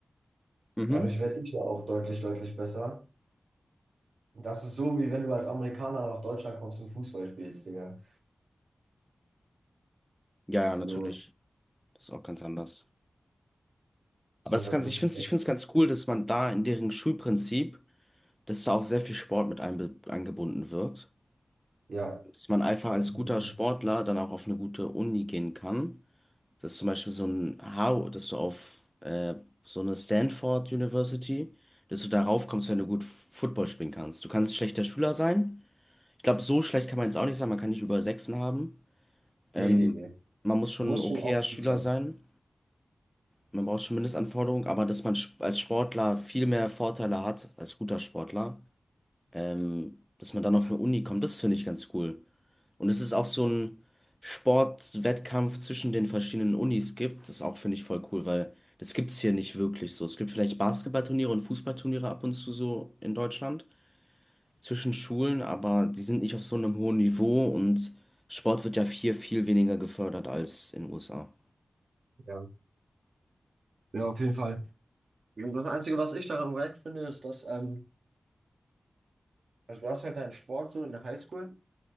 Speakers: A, in the centre; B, on the right (about 85°).
A: Mhm.
B: dadurch werde ich ja auch deutlich, deutlich besser. Und das ist so, wie wenn du als Amerikaner nach Deutschland kommst und Fußball spielst, Digga.
A: Ja, ja,
B: So,
A: natürlich. Das ist auch ganz anders. Aber
B: die sind
A: es ist
B: halt
A: ganz,
B: wirklich.
A: ich finde es ich find's ganz cool, dass man da in deren Schulprinzip dass da auch sehr viel Sport mit einbe- eingebunden wird.
B: Ja.
A: Dass man einfach
B: ja,
A: als
B: auf jeden
A: guter
B: Fall.
A: Sportler dann auch auf eine gute Uni gehen kann. Dass zum Beispiel so ein Harvard, dass du auf äh, so eine Stanford University, dass du darauf kommst, wenn du gut F- Football spielen kannst. Du kannst schlechter Schüler sein. Ich glaube, so schlecht kann man jetzt auch nicht sein. Man kann nicht über Sechsen haben. Ähm,
B: Nee, nee, nee.
A: man muss schon
B: Du musst
A: ein okayer
B: schon auch
A: Schüler
B: gut sein.
A: sein. Man braucht schon Mindestanforderungen, aber dass man sp- als Sportler viel mehr Vorteile hat, als guter Sportler ähm, dass man dann auf eine Uni kommt, das finde ich ganz cool. Und es ist auch so ein Sportwettkampf zwischen den verschiedenen Unis gibt, das auch finde ich voll cool, weil das gibt es hier nicht wirklich so. Es gibt vielleicht Basketballturniere und Fußballturniere ab und zu so in Deutschland zwischen Schulen, aber die sind nicht auf so einem hohen Niveau und Sport wird ja hier viel weniger gefördert als in den USA.
B: Ja. Ja, auf jeden Fall. Und das Einzige, was ich daran wack finde, ist, dass, ähm, also du hast halt deinen Sport so in der Highschool.